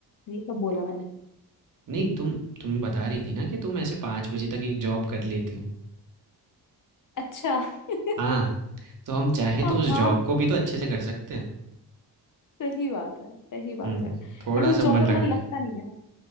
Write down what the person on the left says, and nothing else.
ये कब बोला मैंने
अच्छा <laughs>
हाँ
हाँ,
सही बात है सही बात
है
बट उस
जॉब में
मन
लगता नहीं है ना